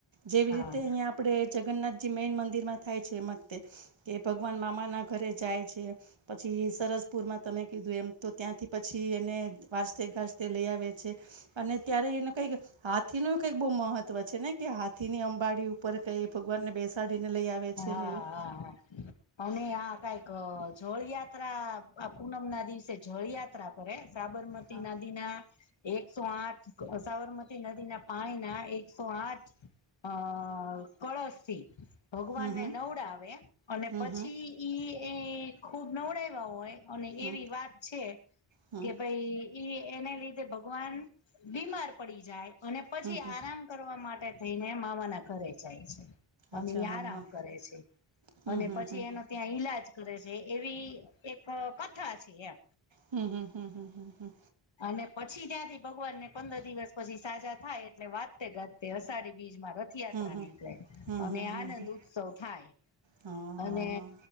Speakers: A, on the right (about 70°); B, on the left (about 70°).
A: જેવી
B: હા
A: રીતે અહીંયા આપણે જગન્નાથજી મેૈન મંદિરમાં થાય છે એમતે કે ભગવાન મામા ના ઘરે જાય છે પછી સરસપુરમાં તમે કીધું એમ તો ત્યાંથી પછી એને વાજતે ઘાજતે લઈ આવે છે અને ત્યારે એને કંઈક હાથી ન કઈક બહુ મહત્વ છે ને કે હાથી ની અંબાડી ઉપર કઈ ભગવાન ને બેસાડીને લઈ આવે.
B: હા
A: છે
B: હા
A: ને એવું
B: હા. અને આ કઈક જળયાત્રા આ પૂનમ ના દિવસે જળયાત્રા પરે સાબ સારમતી
A: હા
B: નદી ના એકસો આઠ સાબરમતી નદીના પાણી ના એકસો આઠ અ કળશથી ભગવાનને
A: હમ હમ
B: નવડાવે અને
A: હમ
B: પછી ઈ એ ખુબ નવડાયવા હોય અને
A: હમ
B: એવી વાત છે
A: હમ
B: કે
A: હમ
B: ભાઈ એને લીધે ભગવાન બીમાર પડી જાય અને પછી
A: હમ હમ
B: આરામ કરવા માટે થઈને મામાના ઘરે જાય છે અને
A: અચ્છા
B: યાદ
A: હા
B: આરા
A: હા
B: કરે છે
A: હમ
B: અને
A: હમ
B: પછી
A: હમ
B: એનો ત્યાં ઈલાજ કરે છે એવી એક કથા છે એમ
A: હમ્મ હમ્મ હમ્મ હમ્મ.
B: અને પછી ત્યાંથી ભગવાનને પંદર દિવસ પછી સાજા થાય એટલે વાજતે ઘર તે અષાઢી બીજમાં રથયાત્રા
A: હમ હમ
B: નીકળે
A: હમ
B: અને
A: હમ હમ
B: આનંદ
A: હમ
B: ઉપ ઉત્સવ થાય
A: હા હા
B: અને
A: હા